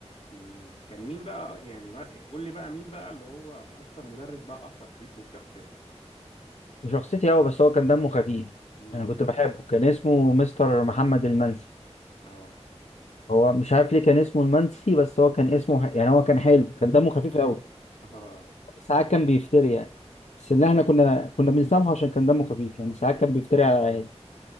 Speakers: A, on the left; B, on the left.
A: مم. كان مين بقى يعني ما... قول لي بقى مين بقى اللي هو اكتر مدرس بقى اثر فيك وفي شخصيتك
B: شخصيتي هو بس هو كان دمه خفيف
A: امم
B: انا كنت بحبه كان اسمه مستر محمد المنسي
A: اه
B: هو مش عارف ليه كان اسمه المنسي بس هو كان اسمه ح- يعني هو كان حلو كان دمه خفيف قوي
A: اه
B: ساعات كان بيفتري يعني بس اللي احنا كنا كنا بنسامحه عشان كان دمه خفيف يعني ساعات كان بيفتري على العيال